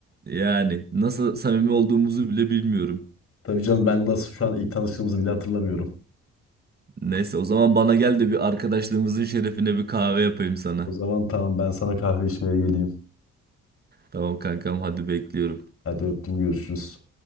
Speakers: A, on the right (about 30°); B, on the left (about 50°).
A: Yani nasıl samimi olduğumuzu bile bilmiyorum.
B: Tabii canım ben nasıl şu an ilk tanıştığımızı bile hatırlamıyorum.
A: Neyse o zaman bana gel de bir arkadaşlığımızın şerefine bir kahve yapayım sana.
B: O zaman tamam ben sana kahve içmeye geleyim.
A: Tamam kankam hadi bekliyorum.
B: Hadi öptüm görüşürüz.